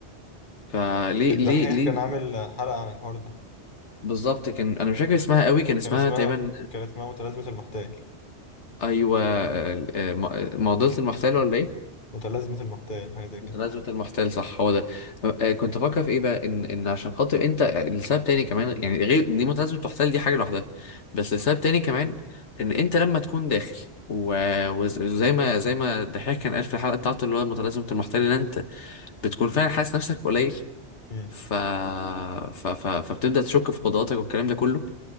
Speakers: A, on the left (about 80°); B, on the left (about 45°).
A: فليه
B: الدحيح
A: ليه ليه
B: كان عامل حلقة عن الحوار ده
A: بالظبط كان انا مش فاكر اسمها قوي كان اسمها
B: كان اسمها
A: تقريبا
B: كان اسمها متلازمة المحتال
A: ايوه آه، آه، معضله المحتال ولا ايه
B: متلازمة المحتال حاجة زي كده
A: متنازلة المحتال صح هو ده آه، كنت بفكر في ايه بقى ان ان عشان خاطر انت لسبب تاني كمان يعني غير دي متنازلة المحتال دي حاجة لوحدها بس لسبب تاني كمان ان انت لما تكون داخل و- وز- وزي ما زي ما الدحيح كان قال في الحلقة بتاعته اللي هو متلازمة المحتال ان انت بتكون فعلا حاسس نفسك قليل
B: مم.
A: ف... ف... ف... فبتبدأ تشك في قدراتك والكلام ده كله